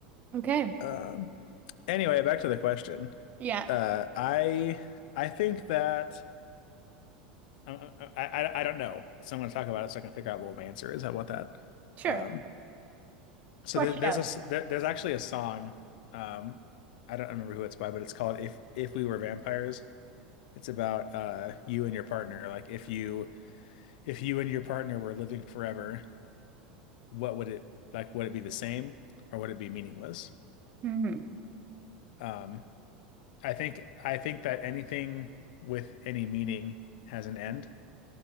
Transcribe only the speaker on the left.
Um, anyway, back to the question.
Uh, I I think that I, I I don't know. So I'm going to talk about it so I can figure out what my answer is. How about that?
Um, so
there, there's
a s- there, there's actually a song. Um, I don't remember who it's by, but it's called "If If We Were Vampires." It's about uh you and your partner. Like if you if you and your partner were living forever, what would it like? Would it be the same or would it be meaningless?
Um, I think I think that anything with any meaning has an end,